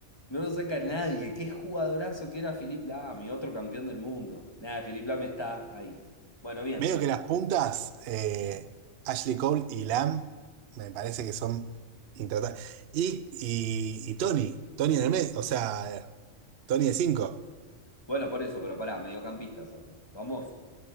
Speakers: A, on the left; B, on the right.
A: No lo saca nadie. Qué jugadorazo que era Philipp Lahm, mi otro campeón del mundo. Nada, Philipp Lahm está ahí. Bueno, bien.
B: Medio
A: per-
B: que las puntas, eh, Ashley Cole y Lam, me parece que son intratables. Y, y, y Tony, Tony en el medio, o sea, Tony de cinco
A: Bueno, por eso, pero pará, mediocampistas ahora. Vamos,